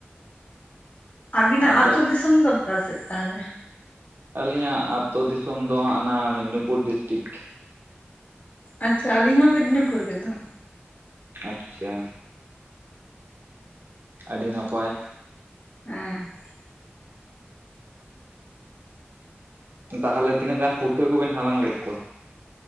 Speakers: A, on the left (about 45°); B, on the right (about 60°).
A: ᱟᱵᱤᱱᱟᱜ
B: ᱟᱫᱚ
A: ᱟᱹᱛᱩ ᱫᱤᱥᱚᱢ ᱫᱚ ᱚᱠᱟ ᱥᱮᱫ ᱛᱟᱦᱞᱮ?
B: ᱟᱹᱞᱤᱧᱟᱜ ᱟᱛᱳ ᱫᱤᱥᱚᱢ ᱫᱚ ᱦᱟᱸᱜᱼᱱᱟ ᱢᱮᱫᱽᱱᱤᱯᱩᱨ ᱰᱤᱥᱴᱤᱠ᱾
A: ᱟᱪᱪᱷᱟ ᱟᱹᱞᱤᱧ ᱦᱚᱸ ᱢᱮᱫᱽᱱᱤᱯᱩᱨ ᱜᱮᱛᱚ᱾
B: ᱟᱪᱪᱷᱟ᱾ ᱟᱹᱰᱤ ᱱᱟᱯᱟᱭ᱾
A: ᱦᱮᱸ᱾
B: ᱩᱸᱻ ᱛᱟᱦᱚᱞᱮ ᱛᱤᱱᱟᱹᱜ ᱜᱟᱱ ᱯᱩᱴᱠᱟᱹ ᱠᱚᱵᱤᱱ ᱦᱟᱞᱟᱝ ᱞᱮᱫ ᱠᱚᱣᱟ?